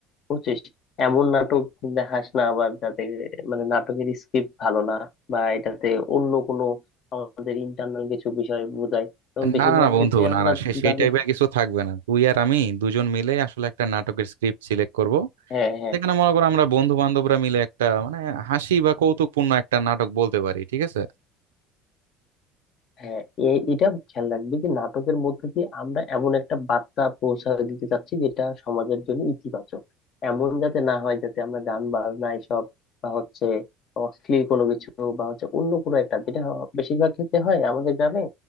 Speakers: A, on the left (about 55°); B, on the right (about 85°).
A: বুঝছিস এমন নাটক দেখাস না আবার যাতে মানে নাটকের স্ক্রিপ্ট ভালো না বা এটাতে অন্য কোনো আমাদের ইন্টারনাল কিছু বিষয় বোঝায় তো বেশিরভাগ
B: না না না বন্ধু
A: ক্ষেত্রে
B: না
A: আমরা
B: না সে সেই
A: গ্রামের
B: টাইপের কিছু থাকবে না তুই আর আমি দুজন মিলে আসলে একটা নাটকের স্ক্রিপ্ট সিলেক্ট করব
A: হ্যাঁ হ্যাঁ
B: যেখানে মনে করো আমরা বন্ধু বান্ধবরা মিলে একটা মানে হাসি বা কৌতুকপূর্ণ একটা নাটক বলতে পারি ঠিক আছে
A: হ্যাঁ এ- এটা খেয়াল রাখবে যে নাটকের মধ্যে দিয়ে আমরা এমন একটা বার্তা পৌঁছায় দিতে চাচ্ছি যেটা সমাজের জন্য ইতিবাচক এমন যাতে না হয় যাতে আমরা গান বাজনা এসব বা হচ্ছে অশ্লীল কোনো কিছু বা হচ্ছে অন্য কোনো একটা যেটা হ- বেশিরভাগ ক্ষেত্রে হয় আমাদের গ্রামে